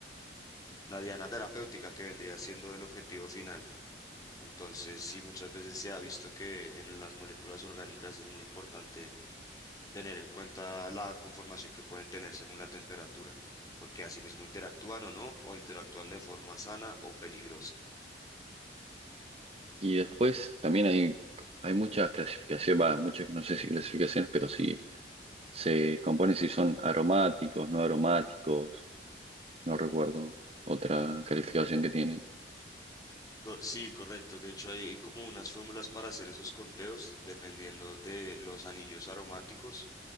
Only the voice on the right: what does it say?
Y después también hay, hay muchas clasificaciones, va, muchas, no sé si clasificaciones, pero sí se componen si son aromáticos, no aromáticos, no recuerdo otra calificación que tiene.